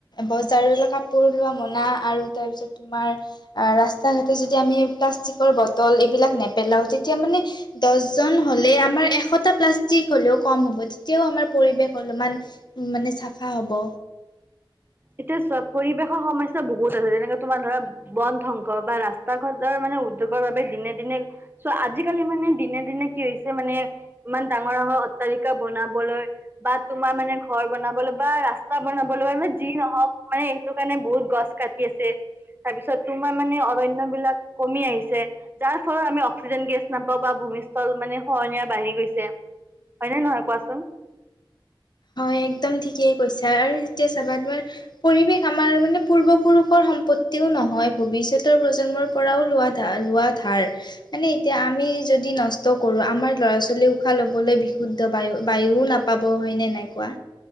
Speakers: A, on the left; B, on the right.
A: বজাৰৰ কাপোৰ লোৱা মন আপোনা আৰু তাৰপিছত তোমাৰ আ ৰাস্তা ঘাতে যেতিয়া আমি প্লাষ্টিকৰ বটল এইবিলাক নেপেল নেপেলাও তেতিয়া মানে দহজন হ'লে আমাৰ এশটা প্লাষ্টিক হ'লেও কম হ'ব তেতিয়াও আমাৰ পৰিৱেশ অলপমান মানে চাফা হ'ব।
B: এতিয়া চব পৰিৱেশৰ সমস্যা বহুত আছে যেনেকে তোমাৰ ধৰা বন ধ্বংস বা ৰাস্তা ঘৰ মানে উদ্যোগৰ বাবে দিনে দিনে চোৱা আজিকালি মানে দিনে দিনে কি হৈছে মানে ইমান ডাঙৰ ডাঙৰ তালিকা বনাবলৈ বা তোমাৰ মানে ঘৰ বনাবলৈ বা ৰাস্তা বনাব বোলো যি নহওক মানে এইটো কাৰণে বহুত গছ কাটি আছে। তাৰপিছত তোমাৰ মানে অৰণ্যৰ বিলাক কমি আহিছে। যাৰ ফলত আমি অক্সিজেন গেছ নাপাওঁ বা ভূমিস্থল মানে খহনীয়া বাঢ়ি গৈছে হয়নে নহয় কোৱাচোন?
A: হয় একদম ঠিকেই কৈছা আৰু যেতিয়া চাবাগৈ পৰিৱেশ আমাৰ মানে পূৰ্বপুৰুষৰ সম্পত্তিও নহয় ভৱিষ্যতৰ প্ৰজন্মৰ পৰাও লোৱা ধা লোৱা ধাৰ। মানে এতিয়া আমি যদি নষ্ট কৰো আমাৰ ল'ৰা ছোৱালী উশাহ ল'ব লবলৈ বিশুদ্ধ বায়ু বায়ুও নাপাব হয় নাই কোৱা।